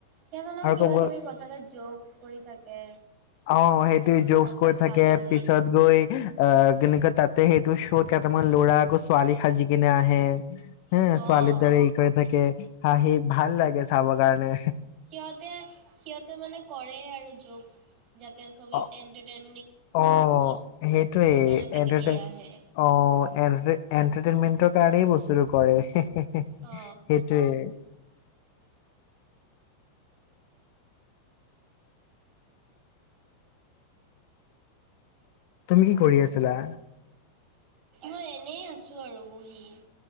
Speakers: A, on the right; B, on the left.
A: সেইজনৰ
B: আৰু
A: কিবা
B: ক'ব
A: কিবি কথাতে ঝোকচ্ কৰি থাকে
B: অ সেইটো
A: সৰু
B: ঝোকচ্
A: সৰু
B: কৰি
A: কথা
B: থাকে
A: লৈ।
B: পিছত গৈ আহ কেনেকে তাত তে সেইটো শ্ব'ত কেইটামান ল'ৰা আকৌ ছোৱালী সাজি কিনে আহে হে ছোৱালীৰ
A: অ
B: দৰে এই কৰে থাকে হাহি সি ভাল লাগে চাব কাৰণে
A: সিহঁতে সিহঁতে মানে কৰে আৰু ঝোক যাতে ছবে
B: অ
A: এণ্টাৰটেইন
B: অ সেইটোৱে
A: কাৰণে তেনেকেই
B: ইন্টাৰটেন
A: আহে
B: অ এটাৰ এণ্টাৰটেইনমেণ্টৰ কাৰণেই বস্তুটো কৰে সেইটোৱেই
A: অ
B: তুমি কি কৰি আছিলা?
A: মই এনেই আছো আৰু বহি